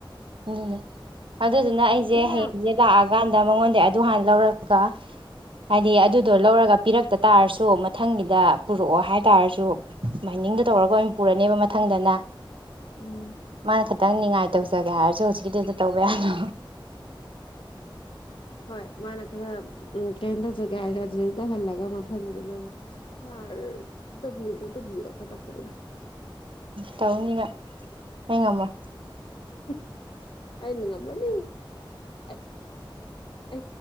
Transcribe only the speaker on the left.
ꯅꯪ
ꯌꯥꯝ
ꯎꯝ
ꯍꯣꯏ ꯃꯥꯅ ꯈꯔ ꯀꯩꯅꯣ ꯇꯧꯖꯒꯦ ꯍꯥꯏꯁꯔꯦ ꯑꯗꯨꯗ ꯇꯧꯍꯜꯂꯒ ꯃꯊꯪꯒꯤꯗꯨꯅ ꯑꯃꯨꯛ ꯁꯥꯔ ꯇꯧꯕꯤꯌꯨꯣ ꯇꯧꯕꯤꯌꯨ ꯈꯔ ꯇꯧꯁꯤꯂꯔꯦ
<inaudible> ꯑꯅꯤꯡ ꯉꯝꯕꯅꯤ ꯑ ꯑ